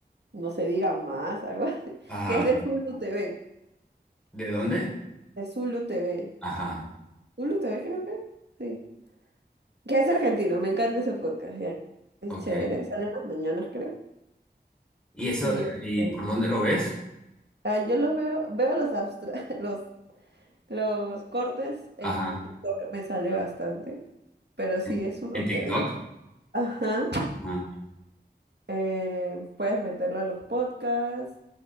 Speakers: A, on the right (about 70°); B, in the centre.
A: no se diga más, algo así. <laughs>
B: Ajá.
A: Que es de Zulu TV.
B: ¿De dónde?
A: De Zulu TV.
B: Ajá.
A: Hulu TV creo que, sí. Que es argentino, me encanta ese podcast, ya. Es
B: Ok.
A: chévere, Salen las mañanas creo.
B: ¿Y eso,
A: Y este,
B: y por dónde lo ves?
A: ah, yo los veo, veo los abstra <laughs> los, los cortes en
B: Ajá.
A: TikTok, me sale bastante, pero sí,
B: ¿En,
A: es Hulu
B: en
A: TV.
B: TikTok?
A: Ajá,
B: Ajá.
A: eh, puedes meterlo a los podcasts.